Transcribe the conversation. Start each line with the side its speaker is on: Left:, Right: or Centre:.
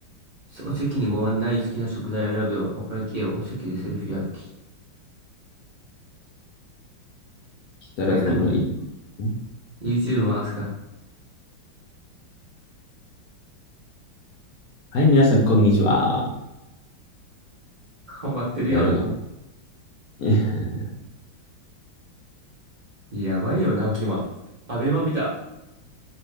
Right: お席にご案内、好きな食材を選ぶよ。お会計をお席でセルフ焼き。
Left: 木更津のこの市場。
Right: 階段でも、YouTube 回すか。
Left: はい、皆さん、こんにちは。
Right: 頑張ってるよ。
Left: やるの <laughs>
Right: やばいよな、キマ。アベマ見た。